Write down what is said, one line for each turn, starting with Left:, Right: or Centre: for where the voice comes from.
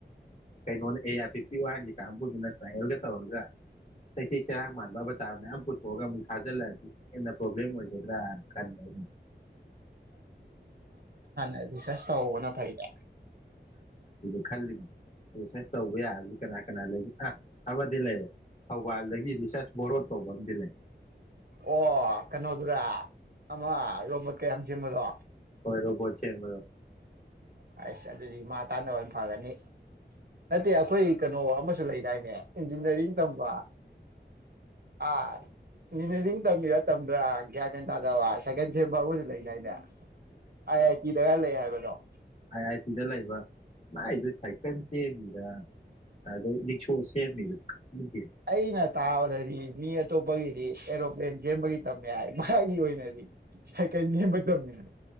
Left: ꯀꯩꯅꯣꯅꯦ ꯑꯦ ꯑꯥꯔ ꯄꯤ ꯏ ꯋꯥꯔꯤꯁꯦ ꯇꯕꯗꯨꯗ ꯇ꯭ꯔꯥꯌꯦꯔꯒ ꯇꯧꯔꯒ ꯆꯩꯇꯦꯛ ꯆꯔꯥꯡ ꯃꯥꯟꯕ ꯑꯕꯇꯔ ꯃꯌꯥꯝ ꯄꯨꯊꯣꯛꯑꯒ ꯑꯃꯨꯛ ꯊꯥꯖꯤꯜꯂꯛꯑꯗꯤ ꯍꯦꯟꯅ ꯄ꯭ꯔꯣꯕ꯭ꯂꯦꯝ ꯑꯣꯏꯒꯗ꯭ꯔꯥꯅ ꯈꯟꯕ
Right: ꯑꯗꯨ <inaudible> ꯆꯁ ꯇꯩꯕꯅ ꯐꯥꯏꯗ
Left: ꯈꯜꯂꯤꯃꯤ ꯔꯤꯁꯔꯁ ꯇꯧꯕ ꯌꯥꯔꯗꯤ ꯀꯅꯥ ꯀꯅꯥ ꯂꯩꯒꯦ ꯑꯥ ꯑꯃꯗꯤ ꯂꯩꯔꯦ ꯊꯧꯕꯥꯜꯗꯒꯤ ꯔꯤꯁꯔꯁ ꯕꯣꯔꯣꯠ ꯀꯧꯕ ꯑꯃꯗꯤ ꯂꯩ
Right: ꯑꯣ ꯀꯩꯅꯣꯗꯨꯔꯥ ꯑꯃ ꯔꯣ ꯃ ꯀꯩ ꯑꯖꯦꯝꯃꯗꯣ
Left: <unintelligible>
Right: ꯑꯁ ꯑꯗꯨꯗꯤ ꯃꯥ ꯇꯥꯟꯅꯕ ꯐꯔꯅꯤ ꯅꯠꯇꯦ ꯑꯩꯈꯣꯏ ꯀꯩꯅꯣ ꯑꯃꯁꯨ ꯂꯩꯗꯥꯏꯅꯦ ꯏꯟꯖꯤꯅꯤꯌꯥꯔꯤꯡ ꯇꯝꯕ ꯑꯥ ꯏꯟꯖꯤꯅꯤꯌꯥꯔꯤꯡ ꯇꯝꯃꯤꯔꯥ ꯇꯝꯗ꯭ꯔꯥ ꯒ꯭ꯌꯥꯟ ꯃꯦꯟ ꯇꯥꯗꯕ ꯁꯥꯏꯀꯜ ꯁꯦꯝꯕ ꯑꯃꯁꯨ ꯂꯩꯗꯥꯏꯅꯦ ꯑꯥꯏ ꯑꯥꯏ ꯇꯤꯗꯒ ꯂꯩ ꯍꯥꯏꯕꯅꯦ ꯑꯣ
Left: ꯥꯑꯥꯏ ꯑꯥꯏ ꯇꯤꯗꯂꯩꯕ ꯃꯥꯏꯗꯣ ꯁꯥꯏꯀꯜꯁꯦꯝ ꯃꯤꯔꯥ ꯑꯗꯩ ꯔꯤꯛꯁꯣ ꯁꯦꯝꯃꯤꯔ ꯈꯪꯗꯦ
Right: ꯑꯩꯅ ꯇꯥꯕꯗꯗꯤ ꯃꯤ ꯑꯇꯣꯞꯄꯒꯤꯗꯤ ꯑꯦꯔꯣꯄ꯭ꯂꯦꯟ ꯁꯦꯝꯦꯝꯕꯒꯤ ꯇꯝꯃꯦ ꯍꯥꯏ ꯃꯒꯤ ꯑꯣꯏꯅꯗꯤ ꯁꯥꯏꯀꯜ ꯅꯦꯝꯕ ꯇꯝꯃꯤ ꯍꯥꯏ